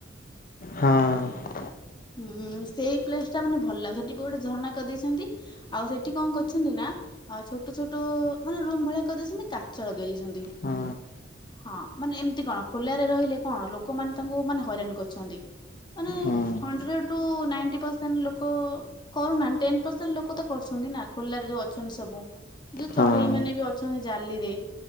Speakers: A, on the left; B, on the left.
A: ହଁ।
B: ହୁଁ, ସେଇ ପ୍ଲେସ ଟା ମାନେ ଭଲଲାଗୁଛି। ସେଠି ପା ଗୋଟେ ଝରଣା କରିଦେଇଛନ୍ତି। ଆଉ ସେଠି କଣ କରଛନ୍ତି ନା ହଁ, ଛୋଟ ଛୋଟ ମାନେ ରୁମ୍ ଭଳିଆ କହିଦେଇଛନ୍ତି। କାଚ ଲଗେଇ ଦେଇଛନ୍ତି।
A: ହଁ
B: ହଁ ମାନେ ଏମତି କଣ, ଖୋଲାରେ ରହିଲେ କଣ, ଲୋକମାନେ ତାଙ୍କୁ ମାନେ ହଇରାଣ କରୁଛନ୍ତି। ମାନେ
A: ହଁ
B: ହଣ୍ଡ୍ରେଡ ରୁ ନାଇଣ୍ଟି ପରସେଣ୍ଟ ଲୋକ କରୁନାହାନ୍ତି। ଟେନ ପରସେଣ୍ଟ ଲୋକ ତ କରୁଛନ୍ତି ନା? ଖୋଲାରେ ଯୋଉ ଅଛନ୍ତି ସବୁ। ଯୋଉ ଚଢେଇ
A: ହଁ ହଁ
B: ମାନେ ବି ଅଛନ୍ତି ଜାଲିରେ।